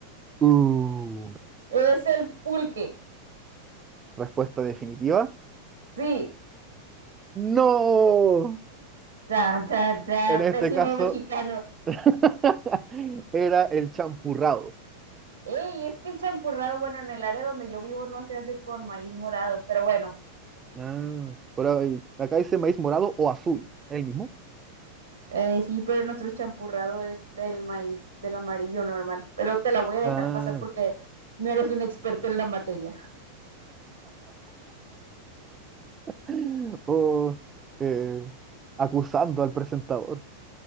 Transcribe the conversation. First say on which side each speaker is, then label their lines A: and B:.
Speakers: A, on the right (about 20°); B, on the right (about 70°).
A: Uh,
B: Es el pulque.
A: respuesta definitiva.
B: Sí.
A: No.
B: Chan, chan, chan,
A: En este
B: pésimo
A: caso
B: mexicano.
A: <laughs> era el champurrado.
B: Ey, es que el champurrado, bueno, en el área donde yo vivo no se hace con maíz morado, pero bueno.
A: Ah, pero ahí- acá dice maíz morado o azul. ¿El mismo?
B: Eh, sí, pero nuestro champurrado es del maíz, del amarillo normal. Pero te la voy a dejar
A: Ah,
B: pasar porque no eres un experto en la materia.
A: <gasps> o eh, acusando al presentador.